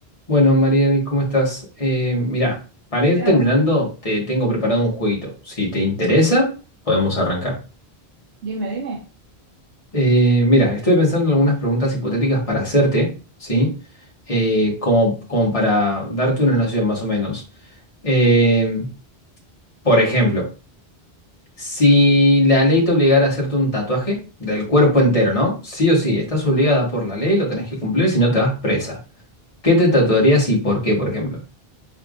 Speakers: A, on the left; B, on the right.
A: Bueno, Mariel, ¿cómo estás? Eh, mirá, para ir
B: Sebas,
A: terminando, te tengo preparado un jueguito. Si te interesa, podemos arrancar.
B: Dime, dime.
A: Eh, mira, estoy pensando en algunas preguntas hipotéticas para hacerte, ¿sí? Eh, como, como para darte una noción más o menos. Em, por ejemplo, si la ley te obligara a hacerte un tatuaje del cuerpo entero, ¿no? Sí o sí, estás obligada por la ley, lo tenés que cumplir, si no te vas presa. ¿Qué te tatuarías y por qué, por ejemplo?